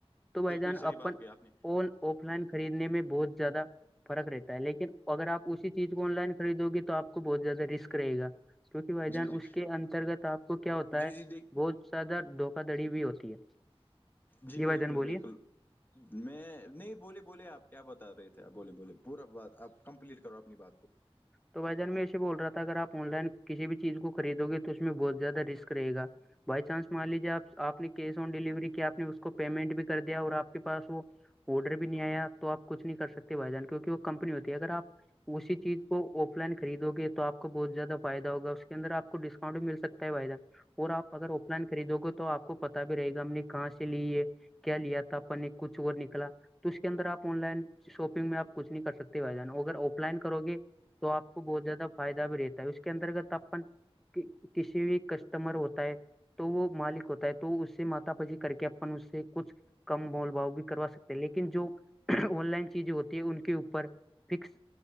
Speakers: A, in the centre; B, on the left.
A: تو بھائی
B: بالکل
A: جان
B: صحیح
A: اپن
B: بات کہی آپ نے
A: ف آف لائن خریدنے میں بہت زیادہ فرق رہتا ہے لیکن اگر آپ اسی چیز کو آن لائن خریدو گ تو آپ کو بہت زیادہ رسک رہےا کیونکہ بھائی جان
B: جی جی
A: اس کے انترگت آپ کو کیا ہوتا
B: جی
A: ہے
B: جی دیک
A: بہت زیادہ دھوکا دھڑی بھی ہوتی ہے
B: جی بالکل
A: بھائی جان بولیے
B: بالکل میں نہیں بولے بولے آپ کیا بتا رہے تھے آ بولے بولے پورا بات آپ کمپلیٹ کرو اپنی بات کو
A: تو بھائی جان میں اسے بول رہا تھا اگر آن لائن کسی بھی چیز کو خرید گے تو اس میں بہت زیادہ رسک رہےا بائی چانس مان لیجے آپ آپ نے کیش آن ڈیلیوری کیا آپ نے اس کو پیمنٹ بھی کر دیا اور آپ کے پاس وہ آڈر بھی نہیں آیا تو آپ کچھ نہیں کر سکتے بھائی جان کیونکہ وہ کمپنی ہوتی ہے اگر آپ اسی چیز وہ آف لائن خریدو گے تو آ کو بہت زیادہ فائدہ ہوگا اس کے اندر آ کو ڈسکاؤنٹ بھی مل سکتا ہے فائدہ اور آپ اگر آف لائن خریدو گے تو آپ کو پت بھی رہے گا ہم نے کہاں سے لی ہے کیا لیا تھا اپ نے کچھ اور نکلا تو اس کے اندر آپ آن لائن شاپنگ میں آپ کچھ نہیں کر سکتے بھائی جانو اگر آف لائن کرو گے تو آپ کو بہت زیادہ فائد بھی رہتا ہے اس کے انترگت اپن کسی بھی کسٹمر ہوتا ہے تو وہ مالک ہوتا ہے تو اس سے مات بجی کر کے اپن اس سے کچھ کم مول بھاؤ بھی کروا سکتے ہیں لیکن جو آن لائن چیزیں ہوتی ہیں ان کے اوپر فکس